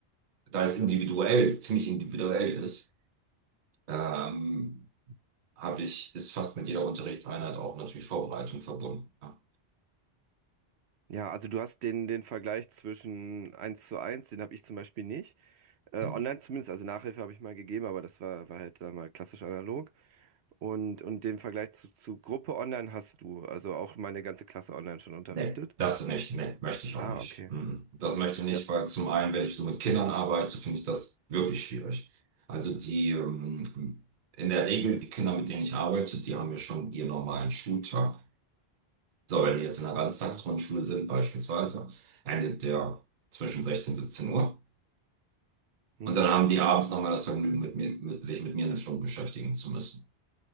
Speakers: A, on the right; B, on the right.
A: da es individuell, ziemlich individuell ist, ähm, habe ich, ist fast mit jeder Unterrichtseinheit auch natürlich Vorbereitung verbunden. Ja.
B: ja, also du hast den, den Vergleich zwischen eins zu eins, den habe ich zum Beispiel nicht. Äh,
A: Hm.
B: online zumindest, also Nachhilfe habe ich mal gegeben, aber das war, war halt da mal klassisch analog. Und, und den Vergleich zu, zu Gruppe online hast du, also auch meine ganze Klasse online schon unterrichtet.
A: Nee, das nicht, nee, möchte ich auch
B: Ah,
A: nicht.
B: okay.
A: Mhm. Das möchte ich nicht,
B: Ja.
A: weil zum einen, wenn ich so mit Kindern arbeite, finde ich das wirklich schwierig. Also die, ähm, in der Regel, die Kinder, mit denen ich arbeite, die haben ja schon ihren normalen Schultag. So, wenn die jetzt in einer Ganztagsgrundschule
B: Mhm.
A: sind, beispielsweise, endet der zwischen 16 und 17 Uhr.
B: Mhm.
A: Und dann haben die abends nochmal das Vergnügen, mit mir, mit, sich mit mir eine Stunde beschäftigen zu müssen.